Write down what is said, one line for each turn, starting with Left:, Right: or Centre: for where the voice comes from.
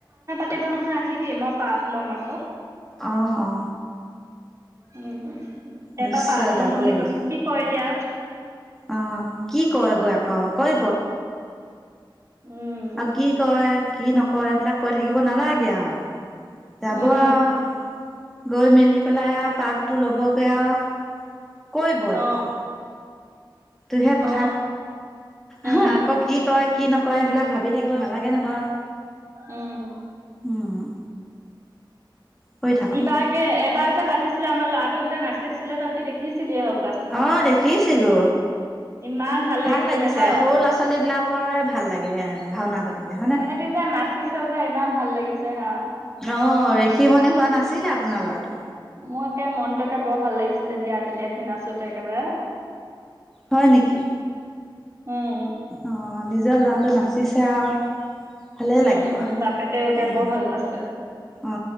Right: পতিব নহয় আহিবি মই পাত ল'ম আকৌ।
Centre: আহ অ।
Right: উ এবাৰ
Centre: নিশ্চয়
Right: পাত লম
Centre: যাব
Right: বুলি
Centre: লাগিব
Right: কৈছো কি কয় এতিয়া।
Centre: অঁ কি কয়গৈ আকৌ কৈ।
Right: উম
Centre: আৰু কি কয়। কি নকৰে এইেইবিলাক কৈ থাকিব নালাগে আৰু। যাব
Right: উম
Centre: আৰু। গৈ মেলি পেলাই পাতটো ল'বগৈ আৰু। কৈ বয়আও,
Right: অ
Centre: সেইটোহে
Right: অ
Centre: কথা। হা
Right: উম
Centre: আকৌ কি ক। কি নকৰে সেইবিলাক ভাবি থাকিব নালাগে নহয়।
Right: উম।
Centre: উম কৰি থাকক
Right: ইবাৰকে এবাৰ যে পাতিছিলে আমাৰ ল'ৰা। তহতে নাচিছিলে তহঁতি দেখিছিলে হ'ব।
Centre: অ দেখিছিলো,
Right: ইমান
Centre: ভাল
Right: লাগিছিলে
Centre: লাগিছে
Right: হয়
Centre: সৰু ল'ৰা ছোৱালী বিলাকৰে ভাল লাগে ভাওনা পাতিলে হয়নে।
Right: তেহেঁতি যে নাচিছে যে ইমান ভাল লাগিছে হা
Centre: অ ঋষিমণি হোৱা নাছিলে আপোনাৰ ল'ৰাটো।
Right: মোৰ একে মনতো একে বৰ ভাল লাগিছিলে দিয়া তেতিয়া। সি নাচোতে একেবাৰে।
Centre: হয় নেকি?
Right: উম
Centre: অ। নিজৰ ল'ৰাটো নাচিছে আৰু। ভালেই
Right: উম
Centre: লাগিব।
Right: বাপেতে এতিয়া
Centre: উম,
Right: বৰ ভাল পাইছে।
Centre: অ